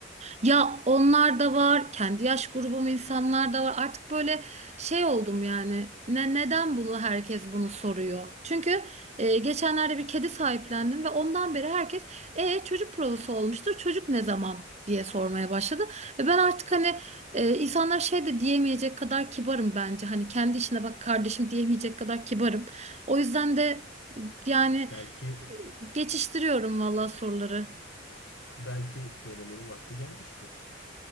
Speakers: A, on the right; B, on the left.
A: Ya onlar da var, kendi yaş grubum insanlar da var. Artık böyle şey oldum yani. Ne neden bunu herkes bunu soruyor? Çünkü e, geçenlerde bir kedi sahiplendim ve ondan beri herkes e çocuk provası olmuştur. Çocuk ne zaman diye sormaya başladı. Ve ben artık hani e, insanlar şey de diyemeyecek kadar kibarım bence. Hani kendi işine bak kardeşim diyemeyecek kadar kibarım. O yüzden de yani
B: Belki
A: e, geçiştiriyorum vallahi soruları.
B: belki söylemenin vakti gelmiştir.